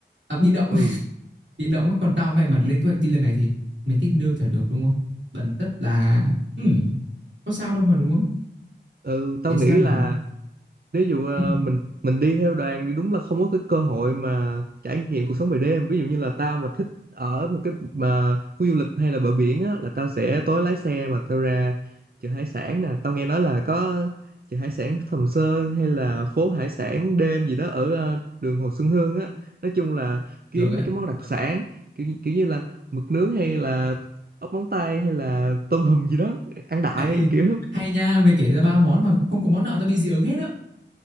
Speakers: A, on the right (about 75°); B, on the right (about 55°).
A: À bị động,
B: ừ
A: <laughs> bị động ấy. Còn tao may mắn lên kế hoạch đi lần này thì mình thích đưa trả được đúng không? Bản chất là ừ, có sao đâu mà đúng không?
B: ừ tao
A: Để
B: nghĩ
A: xem
B: là
A: nào.
B: nếu dụ ờ,
A: Ừ,
B: mình mình đi theo đoàn thì đúng là không có cái cơ hội mà trải nghiệm cuộc sống về đêm ví dụ như là tao mà thích ở một cái mà khu du lịch hay là bờ biển á là tao sẽ tối lái xe mà tao ra chợ hải sản nè tao nghe nói là có chợ hải sản Sầm Sơn hay là phố hải sản đêm gì đó ở ờ, đường Hồ Xuân Hương á nói chung là kiếm
A: được đấy.
B: mấy cái món đặc sản kiểu kiểu như là mực nướng hay là ốc móng tay hay là tôm hùm gì đó ăn đại
A: Ê,
B: kiểu
A: hay nha, mày kể ra ba món mà không có món nào tao bị dị ứng hết á.